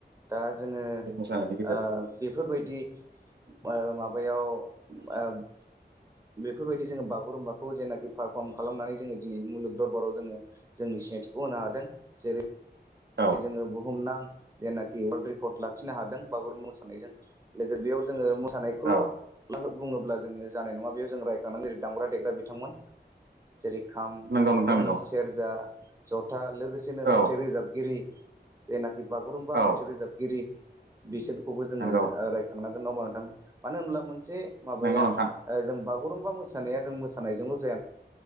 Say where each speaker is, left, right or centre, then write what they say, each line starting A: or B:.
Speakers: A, on the right; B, on the right.
A: दा जोङो ओ
B: बे मोसानायनि गेजेरजों
A: बेफोरबायदि ओ माबायाव ओ बेफोरबायदि जोङो बागुरुम्बाखौ जेनाखि पारफर्म खालामनानै जोङो दिनै मुलुग दरबाराव जोङो जोंनि सि सिनायथिखौ होनो हादों जेरै
B: औ
A: जोङो बुहुमनां जेनाखि वर्ल्ड रेकर्ड लाखिनो हादों बागुरुम मोसानायजों लोगोसे बेयाव जोङो नायखौल'
B: औ
A: लाहो बुङोब्ला जोङो जानाय नङा बेयाव जों रायखांनानै जेरै दामग्रा -देग्रा बिथांमोन जेरै खाम,
B: नंगौ
A: सिफुं,
B: नोंथां नंगौ
A: सेरजा, जथा लोगोसेनो
B: औ
A: मेथाइ रोजाब गिरि जायनाखि बागुरुम्बा
B: औ
A: मेथाइ रोजाबगिरि बिसोरखौबो जोङो
B: नंगौ
A: रायखांनांगोन। नङा होमब्ला नोंथां मानो होमब्ला मोनसे माबाया
B: नंगौ नोंथां
A: जों बा बागुरुमबा मोसानाया जों मोसानायजोंल' जाया।